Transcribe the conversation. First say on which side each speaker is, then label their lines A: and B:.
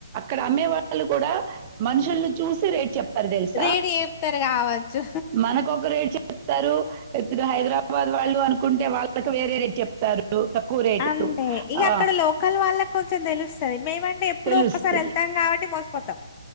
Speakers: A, on the right (about 25°); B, on the left (about 25°).
A: ఇక్కడ అమ్మే వాళ్లు కూడా, మనుషుల్ని చూసి. రేట్ చెప్తారు తెలుసా?
B: రేటు చెప్తారు కావచ్చు
A: మనకు ఒక రేట్ చెప్తారు. ఇప్పుడు హైద. హైదరాబాద్ వాళ్లు అనుకుంటే, వాళ్లకి వేరే రేట్ చెప్తారు. తక్కువ రేటు.
B: అంతే ఇక
A: ఆ,
B: అక్కడ, లోకల్ వాళ్లకి కొంచెం తెలుస్తది. మేముంటే, ఎప్పుడో
A: తెలుస్తుంది
B: ఒక్కసారి వెళ్తాం కాబట్టి మోసిపోతాం.